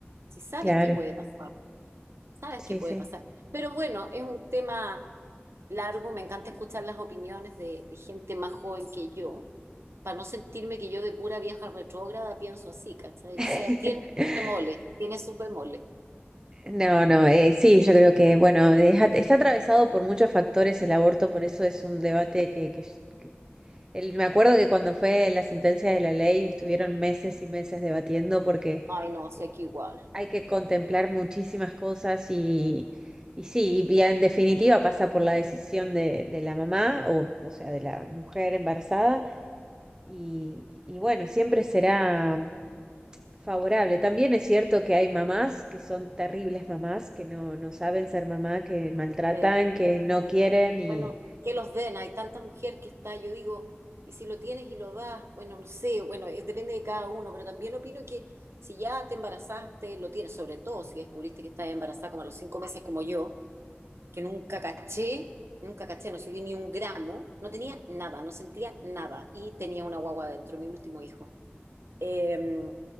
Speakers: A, on the right; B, on the right.
A: Si sabes
B: claro,
A: que puede pasar. Sabes
B: sí,
A: qué puede
B: sí.
A: pasar. Pero bueno, es un tema largo. Me encanta escuchar las opiniones de, de gente más joven que yo, para no sentirme que yo de pura vieja retrógrada pienso así, ¿cachai?
B: <laughs>
A: O sea, tiene sus bemoles, tiene sus bemoles.
B: No, no, eh, sí, yo creo que, bueno, deja- está atravesado por muchos factores el aborto, por eso es un debate que, que- que- el- me acuerdo que cuando fue la sentencia de la ley estuvieron meses y meses debatiendo porque
A: Ay, no, sé
B: eh,
A: que igual.
B: hay que contemplar muchísimas cosas y, y sí, y en definitiva pasa por la decisión de, de la mamá o, o sea, de la mujer embarazada y, y bueno, siempre será favorable. También es cierto que hay mamás que son terribles mamás, que no, no saben ser mamá, que maltratan,
A: Sí.
B: que no quieren y...
A: Bueno, que los den. Hay tanta mujer que está, yo digo, y si lo tienes y lo das, bueno, no sé, bueno, es- depende de cada uno, pero también opino que si ya te embarazaste, lo tienes, sobre todo si descubriste que estás embarazada como a los cinco meses como yo. que nunca caché, nunca caché, no subí ni un gramo, no tenía nada, no sentía nada y tenía una guagua dentro, mi último hijo. Eh,